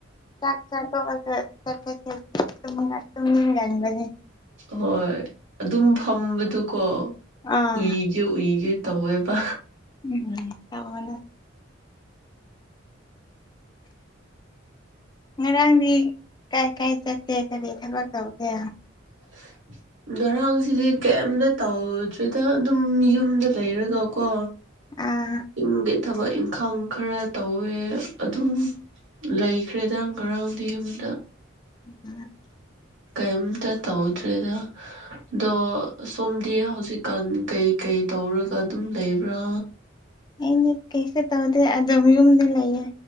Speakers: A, on the left; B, on the right.
A: ꯆꯥꯛ ꯆꯥꯊꯣꯛ ꯑꯒ ꯆꯠꯄꯥꯁꯤ ꯇꯨꯝꯅꯤꯡꯉꯥꯏ ꯇꯨꯝꯅꯤꯡꯒꯟꯕꯅꯤ꯫
B: ꯍꯣꯏ ꯑꯗꯨꯝ ꯐꯝꯕꯗꯨꯀꯣ
A: ꯑꯥ
B: ꯎꯏꯒꯦ ꯎꯏꯒꯦ꯫ ꯇꯧꯋꯦꯕ꯫
A: ꯎꯝ ꯇꯧꯕꯅꯤ꯫ ꯉꯔꯥꯡꯗꯤ ꯀꯥꯏ ꯀꯥꯏ ꯆꯠꯁ‌ꯦ ꯀꯔꯤ ꯊꯕꯛ ꯇꯧꯒꯦ
B: <unintelligible> ꯉꯔꯥꯡꯁꯤꯗꯤ ꯀꯩꯝꯇ ꯇꯧꯗ꯭꯭ꯔꯤꯗ ꯑꯗꯨꯝ ꯌꯨꯝꯗ ꯂꯩꯔꯒ ꯀꯣ꯫
A: ꯑꯥ
B: ꯌꯨꯝꯗꯤ ꯊꯕꯛ ꯏꯪꯈꯥꯡ ꯈꯔ ꯇꯧꯋꯦ ꯑꯗꯨꯝ꯫ ꯂꯩꯈ꯭ꯔꯦꯗꯪ ꯉꯔꯥꯡꯗꯤ ꯌꯨꯝꯗ꯫
A: <unintelligible>
B: ꯀꯩꯝꯇ ꯇꯧꯗ꯭ꯔꯦꯗ꯫ ꯑꯗꯣ ꯁꯣꯝꯗꯤ ꯍꯧꯖꯤꯛꯀꯥꯟ ꯀꯩꯀꯩ ꯇꯧꯔꯒ ꯑꯗꯨꯝ ꯂꯩꯕ꯭ꯔꯥ꯫
A: ꯑꯩꯗꯤ ꯀꯩꯁꯨ ꯇꯧꯗꯦ ꯑꯗꯨꯝ ꯌꯨꯝꯗ ꯂꯩꯌꯦ